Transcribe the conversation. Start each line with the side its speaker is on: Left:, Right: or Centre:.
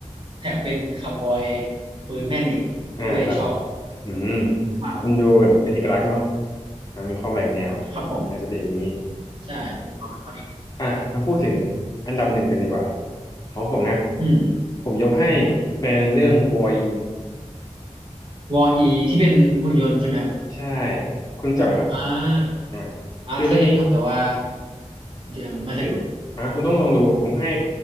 Right: แถมเป็นคาวบอยปืนแม่นอีกก็เลยชอบ
Left: อ่าครับอืม
Right: มากครับ
Left: มันดูแบบเป็นเอกลักษณ์เนาะอ่ามีความแหวกแนว
Right: ครับผม
Left: อาจจะเป็นอย่างนี้
Right: ใช่เป็นความไอคอนิก
Left: อ่ะมาพูดถึงอันดับหนึ่งกันดีกว่าของผมนะ
Right: อืม
Left: ผมยกให้เป็นเรื่องวอย
Right: วออีที่เป็นหุ่นยนต์ใช่ไหมครับ
Left: ใช่คุณรู้จักไหมครับ
Right: อ่า
Left: อ่ะ
Right: อ่าเคยเห็นครับแต่ว่า
Left: คือเรื่องนี้
Right: ยังไม่เคยดู
Left: อ่ะคุณต้องลองดูผมให้